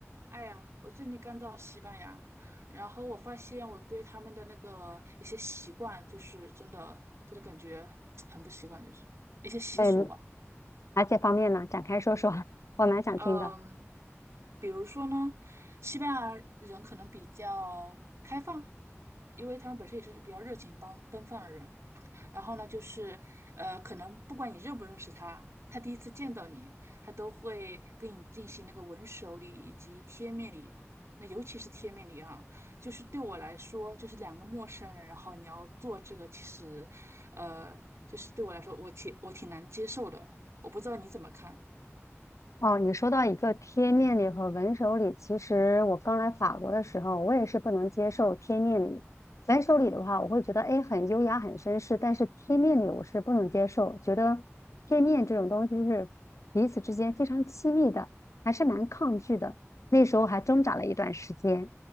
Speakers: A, on the right; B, on the left.
A: 哎呀，我最近刚到西班牙，然后我发现我对他们的那个一些习惯，就是真的真的感觉很不习惯，就是一些习俗吧。
B: 对，哪些方面呢？展开说说，<laughs> 我蛮想听的。
A: 嗯，比如说呢，西班牙人可能比较开放，因为他们本身也是比较热情帮奔放的人，然后呢，就是呃，可能不管你认不认识他，他第一次见到你，他都会跟你进行那个吻手礼以及贴面礼。那尤其是贴面礼啊，就是对我来说，就是两个陌生人，然后你要做这个，其实，呃，就是对我来说，我挺我挺难接受的。我不知道你怎么看。
B: 哦，你说到一个贴面礼和文手礼，其实我刚来法国的时候，我也是不能接受贴面礼。文手礼的话，我会觉得哎很优雅、很绅士，但是贴面礼我是不能接受，觉得贴面这种东西是彼此之间非常亲密的，还是蛮抗拒的。那时候还挣扎了一段时间。